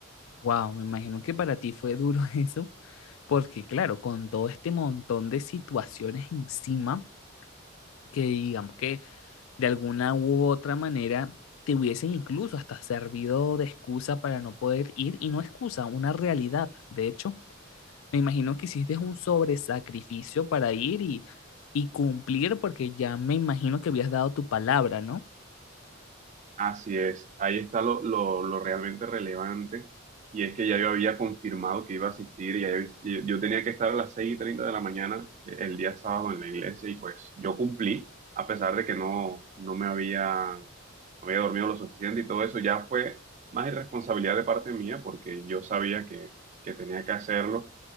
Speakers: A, on the left; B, on the right.
A: Wow, me imagino que para ti fue duro <laughs> eso, porque claro, con todo este montón de situaciones encima, que digamos que de alguna u otra manera te hubiesen incluso hasta servido de excusa para no poder ir, y no excusa, una realidad. De hecho, me imagino que hiciste un sobresacrificio para ir y, y cumplir, porque ya me imagino que habías dado tu palabra, ¿no?
B: Así es, ahí está lo, lo, lo realmente relevante y es que ya yo había confirmado que iba a asistir, ya yo, yo- yo tenía que estar a las 6 y 30 de la mañana eh, el día sábado en la iglesia y pues yo cumplí, a pesar de que no, no me había, no había dormido lo suficiente y todo eso, ya fue más irresponsabilidad de parte mía porque yo sabía que, que tenía que hacerlo